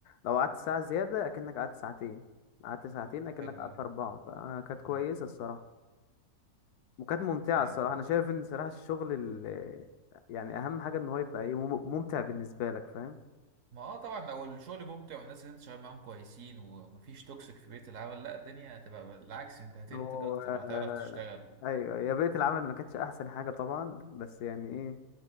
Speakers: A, on the left; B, on the right.
A: لو قعدت ساعة زيادة اكنك قعدت ساعتين قعدت ساعتين اكنك
B: حلو
A: قعدت
B: ده.
A: أربعة فكانت كويسة
B: مم.
A: الصراحة وكانت ممتعة
B: زي
A: الصراحة
B: الفل
A: أنا شايف إن صراحة الشغل ال- يعني أهم حاجة إن هو يبقى إيه، مم- ممتع بالنسبة لك فاهم
B: ما اه طبعا لو الشغل ممتع والناس اللي انت شغال معاهم كويسين ومفيش توكسيك في بيئة العمل لا الدنيا هتبقى بالعكس انت هتنتج
A: هو
B: اكتر
A: آه،
B: وهتعرف تشتغل
A: أيوة يا بيئة العمل ما كانتش أحسن حاجة طبعا بس يعني إيه،